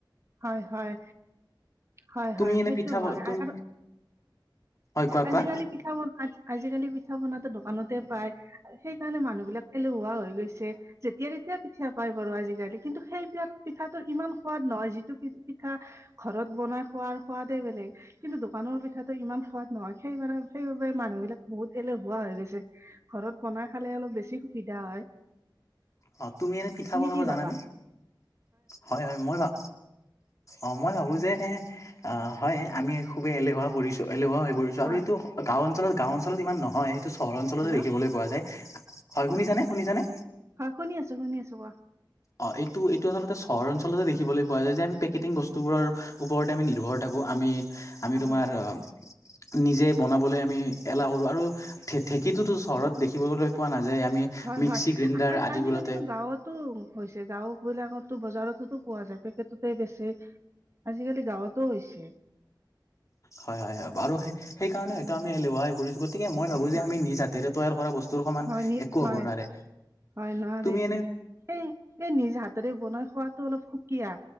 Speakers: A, on the right (about 35°); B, on the left (about 40°).
A: হয়, হয়। হয়,
B: তুমি
A: হয়
B: এনে
A: সেইটো
B: পিঠা
A: হয়
B: তুমি
A: আৰু
B: হয় কোৱা কোৱা
A: আজিকালি পিঠা-পনা, আজি-আজিকালি পিঠা-পনাটো দোকানতে পায়, সেইকাৰণে মানুহ বিলাক এলেহুৱা হৈ গৈছে, যেতিয়া তেতিয়া পিঠা পায় বাৰু আজিকালি, কিন্তু সেই এতিয়া পিঠাটোৰ ইমান সোৱাদ নহয়, যিটো কি পিঠা ঘৰত বনাই খোৱাৰ সোৱাদে বেলেগ, কিন্তু দোকানৰ পিঠাটো ইমান সোৱাদ নহয়, সেইবাবে, সেইবাবে মানুহবিলাক বহুত এলেহুৱা হৈ গৈছে, ঘৰত বনাই খালে অলপ বেছি সুবিধা হয়।
B: অ' তুমি এনেই পিঠা বনাব
A: কি
B: জানানে?
A: ভাবা?
B: হয়, হয় মই ভা অ' মই ভাবো যে আহ হয়, আমি খুবেই এলেহুৱা পৰিছো, এলেহুৱা হৈ পৰিছো।
A: কোৱা
B: আৰু এইটো গাঁও অঞ্চলত, গাঁও অঞ্চলত ইমান নহয়। সেইটো চহৰ অঞ্চলত
A: হেল্ল'
B: দেখিবলৈ পোৱা যায়। হয় শুনিছানে, শুনিছানে?
A: হয় শুনি আছো, শুনি আছো কোৱা।
B: অ' এইটো, এইটো আচলতে চহৰ অঞ্চলতে দেখিবলৈ পোৱা যায় যে, আমি পেকেটিং বস্তুবোৰৰ ওপৰতে আমি নিৰ্ভৰ থাকোঁ, আমি আমি
A: হয়।
B: তোমাৰ আহ, নিজে বনাবলৈ আমি এলাহ কৰো আৰু ঢে-ঢেঁকীটোতো চহৰত দেখিবলৈ পোৱা নাযায়, আমি
A: হয়,
B: মিক্সি
A: হয়
B: গ্ৰাইণ্ডাৰ
A: আ-আ-আজিকালিতো
B: আদিবোৰতে
A: গাঁৱত টো হৈছে গাওঁ বিলাকতো, বজাৰতটোতো পোৱা যায়, পেকেটতে বেছে। আজিকালি গাঁৱতো হৈছে।
B: হয়, হয়, হয় বাৰু সে-সেই কাৰণে হয়টো আমি এলেহুৱা হৈ পৰিছো। গতিকে মই ভাবো যে,
A: হয়
B: আমি নিজ হাতেৰে তৈয়াৰ কৰা বস্তুৰ সমান
A: হয় নি
B: একো
A: হয়
B: হ'ব নোৱাৰে।
A: হয় নোৱাৰে।
B: তুমি এনে
A: এই, এই নিজ হাতৰে বনাই খোৱাটো অলপ সুকীয়া।